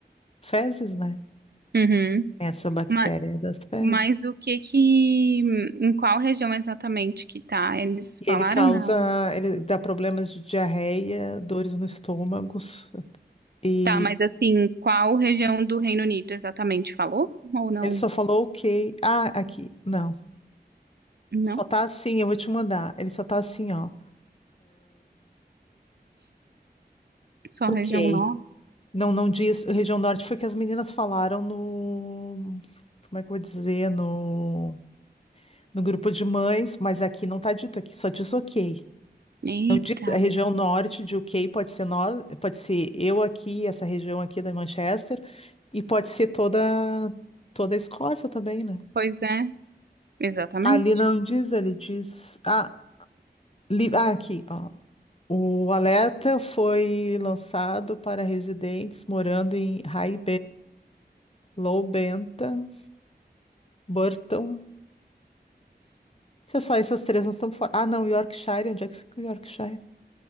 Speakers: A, on the left; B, on the right.
A: fezes, né?
B: uhum.
A: Essa bactéria
B: Mas,
A: é das fezes.
B: mas o que que, em qual região exatamente que tá? Eles
A: E
B: falaram
A: ele causa,
B: não.
A: ele dá problemas de diarreia, dores no estômago. E
B: Tá, mas assim, qual região do Reino Unido exatamente falou? Ou não?
A: ele só falou ok. Ah, aqui. Não.
B: Não?
A: Só tá assim, eu vou te mandar. Ele só tá assim, ó.
B: Só
A: Ok.
B: região norte?
A: Não, não diz. Região Norte foi que as meninas falaram no. Como é que eu vou dizer? No, no grupo de mães, mas aqui não tá dito, aqui só diz ok.
B: Eita,
A: Não diz a região norte de ok, pode ser nós, pode ser eu aqui, essa região aqui da Manchester, e pode ser toda, toda a Escócia também, né?
B: pois é, exatamente.
A: Ali não diz, ele diz. Ah, li- ah, aqui, ó. O alerta foi lançado para residentes morando em High Low Bentham, Burton. Se é só essas três, nós estamos fora. Ah, não, Yorkshire, onde é que fica o Yorkshire?